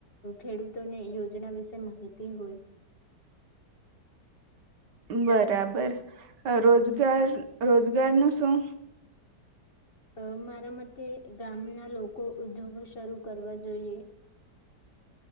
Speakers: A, on the left; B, on the right.
A: ખેડૂત ની યોજના વિશે માહિતી હોય.
B: બરાબર, રોજગાર રોજગાર નું શું?
A: અ મારા મતે ગામના લોકો ઉદ્યોગો શરૂ કરવા જોઈએ.